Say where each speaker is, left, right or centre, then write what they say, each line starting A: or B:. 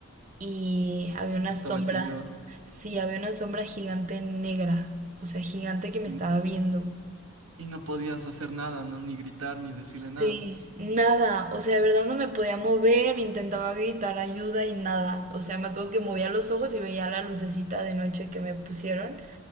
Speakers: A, on the right; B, on the right.
A: y había una
B: estaba
A: sombra,
B: el señor.
A: sí, había una sombra gigante negra, o sea, gigante que me
B: uy,
A: estaba viendo.
B: y no podías hacer nada, ¿no? Ni gritar, ni decirle nada.
A: Sí, nada, o sea, de verdad no me podía mover, intentaba gritar ayuda y nada. O sea, me acuerdo que movía los ojos y veía la lucecita de noche que me pusieron